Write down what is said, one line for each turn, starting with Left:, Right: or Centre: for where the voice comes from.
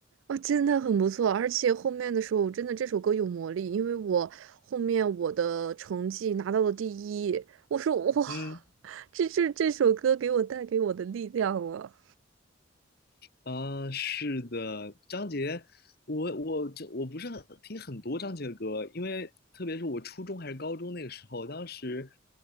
Right: 哦，真的很不错，而且后面的时候，我真的这首歌有魔力，因为我后面我的成绩拿到了第一，我说哇，
Left: 嗯，
Right: 这是这首歌给我带给我的力量了，
Left: 啊，是的，张杰，我我这我不是很听很多张杰的歌，因为特别是我初中还是高中那个时候，当时